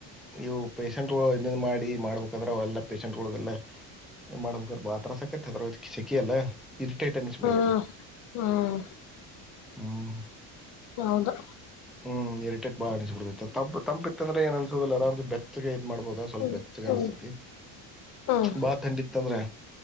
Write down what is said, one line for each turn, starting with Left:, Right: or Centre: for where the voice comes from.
Centre: ಇವು ಪೇಷೆಂಟ್ಗಳು <unintelligible> ಮಾಡಿ ಮಾಡ್ಬೇಕಾದ್ರ ಎಲ್ಲಾ ಪೇಷೆಂಟ್ಗಳಗೆಲ್ಲ <unintelligible> <unintelligible> ಇರಿಟೇಟ್ ಅನ್ನಿಸಬಿಡ್ತತೆ
Left: ಹ್ಮ್
Centre: <unintelligible>
Left: ಹ್ಮ್
Centre: ಹ್ಮ್
Left: ಹೌದು
Centre: ಹ್ಮ್ <unintelligible> ಮಾಡ್ಬೋದ ಸ್ವಲ್ಪ
Left: ಹ್ಮ್
Centre: ಬೆಚ್ಚಗ
Left: ಹ್ಮ್
Centre: ಅನ್ಸ್ತತಿ
Left: ಹ್ಮ್
Centre: ಬಾ <unintelligible> ಥಂಡಿ ಇತ್ತಂದ್ರೆ